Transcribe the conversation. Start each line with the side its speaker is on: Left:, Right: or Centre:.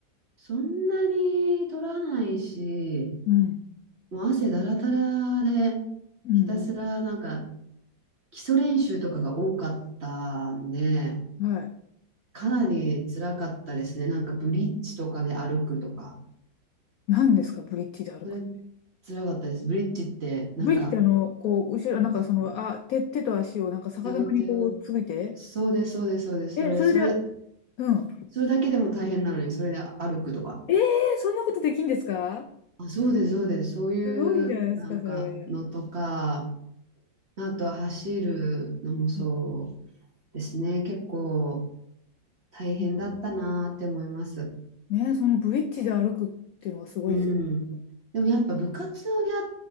Right: そんなに取らないし、
Left: うん。
Right: もう汗だらだらで、
Left: うん
Right: ひたすらなんか基礎練習とかが多かったんで、
Left: うん。はい。
Right: かなり辛かったですね。なんかブリッジとかで歩くとか、
Left: 何ですか、ブリッジで歩く。
Right: それ辛かったです。ブリッジってなんか、
Left: ブリッジってあの、こう、後ろ、
Right: ブリッジって
Left: なんかその、あ、手、手と足をなんか逆さまにこう、
Right: 両手を、
Left: ついて。
Right: そうです、そうです、そうです、
Left: え、
Right: それ、
Left: それで、
Right: それ、
Left: うん。
Right: それだけでも大変なのに、それで歩くとか。
Left: ええーそんなことできんですか
Right: あ、そうです、そうです。そういうなんかのとか、
Left: すごいじゃないですか、それ。
Right: あとは走るのもそ
Left: うん
Right: うですね。結構大変だったなーって思います。
Left: うんね、そのブリッジで歩くっていうのがすごいですよ。
Right: うん。でもやっぱ部活をやっ